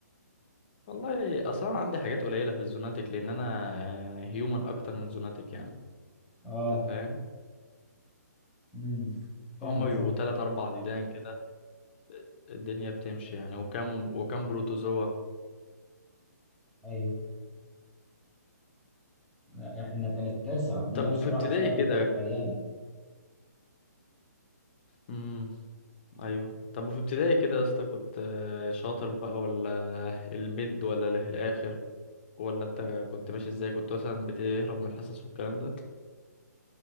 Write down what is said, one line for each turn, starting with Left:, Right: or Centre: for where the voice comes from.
Left: والله اصلا عندي حاجات قليلة في الزوناتك لان انا يعني هيومن اكتر من زوناتك يعني
Centre: اه
Left: انت فاهم
Centre: امم فاهمك
Left: هما بيبقوا
Centre: فاهم
Left: تلات اربع ديدان كده الدنيا بتمشي يعني وكام وكام بروتوزوا
Centre: ايوه لا احنا كانت كارثه عندنا
Left: طب
Centre: بصراحه
Left: وفي ابتدائي
Centre: الماده
Left: كده
Centre: كانت مليانه
Left: امم ايوه طب وفي ابتدائي كده يا اسطى كنت آه، شاطر بقى ولا الميد ولا اللي في الاخر ولا انت كنت ماشي ازاي كنت مثلا بتهرب من الحصص والكلام ده